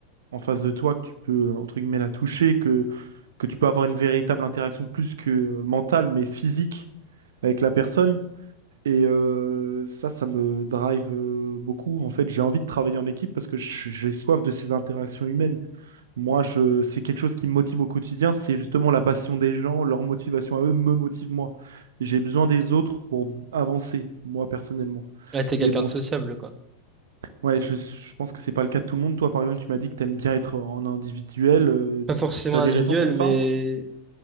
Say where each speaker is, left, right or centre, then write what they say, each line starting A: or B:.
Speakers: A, on the right (about 60°); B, on the right (about 20°).
A: en face de toi, que tu peux, entre guillemets, la toucher, que, que tu peux avoir une véritable interaction plus que euh, mentale, mais physique avec la personne. Et euh, ça, ça me drive euh, beaucoup. En fait, j'ai envie de travailler en équipe parce que j- j'ai soif de ces interactions humaines. Moi, je, c'est quelque chose qui me motive au quotidien, c'est justement la passion des gens, leur motivation à eux me motive moi. J'ai besoin des autres pour avancer, moi personnellement.
B: Ouais, t'es quelqu'un
A: Mais bon,
B: de sociable, quoi.
A: Ouais, je, je pense que c'est pas le cas de tout le monde. Toi, par exemple, tu m'as dit que t'aimes bien être en individuel. euh,
B: Pas forcément
A: t'as
B: individuel,
A: des raisons pour ça?
B: mais